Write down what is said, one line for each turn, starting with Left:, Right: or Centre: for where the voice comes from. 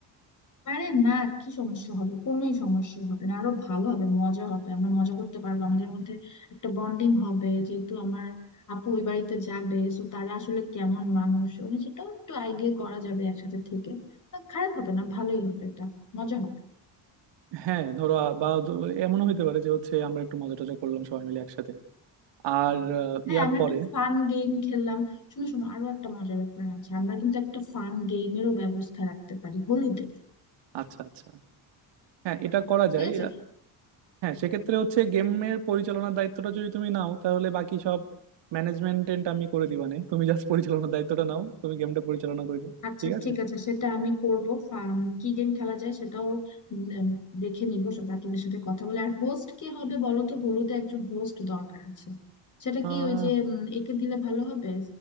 Left: আরে না কি সমস্যা হবে কোনোই সমস্যা হবে না আরো ভালো হবে মজা হবে আমরা মজা করতে পারবো আমাদের মধ্যে একটা বন্ডিং হবে যেহেতু আমার আপু ওই বাড়িতে যাবে সো তারা আসলে কেমন মানুষ মানে সেটাও একটু আইডিয়া করা যাবে একসাথে থেকে আহ, খারাপ হবে না ভালোই হবে এটা মজা হবে
Right: হ্যাঁ ধরো আ- বা ধ- এমনও হইতে পারে যে হচ্ছে আমরা একটু মজা টজা করলাম সবাই মিলে একসাথে আর আহ,
Left: হ্যাঁ
Right: ইয়ার
Left: আমরা
Right: পরে
Left: একটু ফান গেম খেললাম শুনো শোনো আরো একটা মজার ব্যাপার আছে আমরা কিন্তু একটা ফান গেমেরও ব্যবস্থা রাখতে পারি হোলিতে
Right: আচ্ছা আচ্ছা হ্যাঁ এটা করা
Left: ঠিক
Right: যায়
Left: আছে
Right: হ্যাঁ সেক্ষেত্রে হচ্ছে গেমের পরিচালনার দায়িত্বটা যদি তুমি নাও তাহলে বাকি সব ম্যানেজমেন্ট আমি করে দিবানে তুমি জাস্ট পরিচালনার দায়িত্বটা নাও তুমি গেমটা পরিচালনা করে দাও
Left: আচ্ছা
Right: ঠিক আছে
Left: ঠিক আছে সেটা আমি করবো ফা- মানে কি গেম খেলা যায় সেটাও উম, উম, দেখে নিবো সব বাকিদের সাথে কথা বলে আর হোস্ট কে হবে বলো তো হলুদে একজন হোস্ট দরকার আছে সেটা
Right: আহ
Left: কি ওই যে উম, একে দিলে ভালো হবে